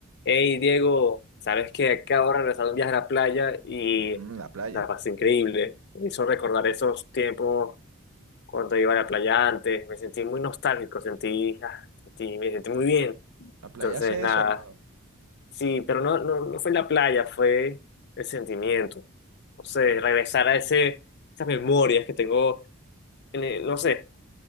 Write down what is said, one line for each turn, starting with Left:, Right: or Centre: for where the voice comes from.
Left: Hey Diego, sabes que acabo de regresar de un viaje a la playa y
Right: Ujú, la playa.
Left: la pasé increíble. Me hizo recordar esos tiempos cuando iba a la playa antes. Me sentí muy nostálgico, sentí, ah, sentí- me sentí muy bien.
Right: La playa
Left: Entonces,
Right: hace
Left: nada.
Right: eso, hermano.
Left: Sí, pero no, no, no fue la playa, fue el sentimiento. No sé, regresar a ese, esas memorias que tengo, en el- no sé,